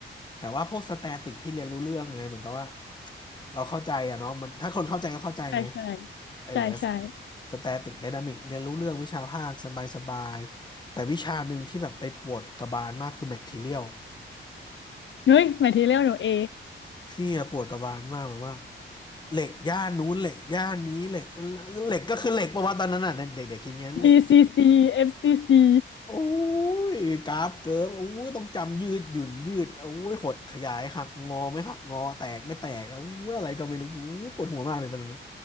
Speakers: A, on the left; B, on the left.
A: แต่ว่าพวกสแตติกพี่เรียนรู้เรื่องไงเหมือนกับว่าเราเข้าใจอะเนาะมันถ้าคนเข้าใจก็เข้าใจไง
B: ใช่ใช่
A: เออ
B: ใช่ใช่
A: สแตติกไดนามิกเรียนรู้เรื่องวิชาภาคสบายสบายแต่วิชาหนึ่งที่แบบไปปวดกระบาลมากคือแมททเรียล
B: เฮ้ยหมายทีเรียกหนู A
A: พี่อะปวดกระบาลมากแบบว่าเหล็กย่านนู้นเหล็กย่านนี้เหล็กเหล็กก็คือเหล็กปะวะตอนนั้นอ่ะเด็กๆคิดอย่างเงี้ยเหล็ก
B: B C C F C C เอฟซีซี
A: โอ้ยกราฟเกิร์ฟโอ้ยต้องจำยืดหยุ่นยืดโอ้ยหดขยายหักงอไม่หักงอแตกไม่แตกโอ้ยอะไรก็ไม่รู้โอ้ยปวดหัวมากเลยตอนนั้น